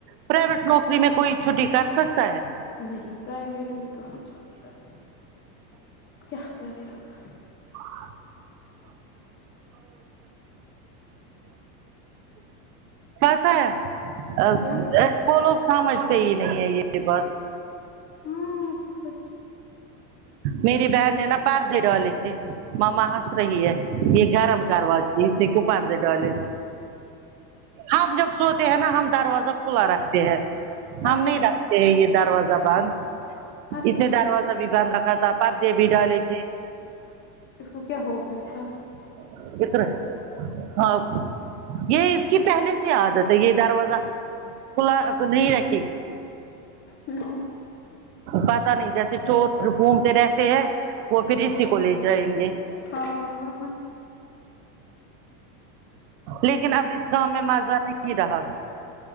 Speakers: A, on the right; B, on the left.
A: پرائیویٹ نوکری میں کوئی چھٹی کر سکتا ہے
B: نہیں پرائیویٹ میں کہاں چلتا ہے کیا کرے اب
A: <inaudible> پتا ہے اب
B: کیا
A: وہ لوگ سمجھتے ہی نہیں ہے یے بات
B: ہاں سچ
A: میری بہن نے نا پرد دی ڈالے تھے ماما ہنس رہی ہے یہ گرم کروا <unintelligible> ڈال ہم جب سوتے ہیں نا ہم دروازہ کھلا رکھتے ہیں ہم
B: اچھا
A: نہیں رکھت یہ دروازہ بند
B: اچھا
A: اسے دروازہ بھی بند رکھا تھا پردے بھی ڈالے تھے
B: اس کو کیا ہو گیا تھا
A: ا طرح ہاں یہ اس کی پہلے سے عاد ہے یہ دروازہ کھلا نہیں رکھی
B: ہوں
A: پتا نہیں جیسے چور گھومتے رہتے ہیں وہ پھر اسی کو لے جائیں گے
B: ہاں ورنہ
A: لیکن اب اس کام میں مزہ نہیں رہا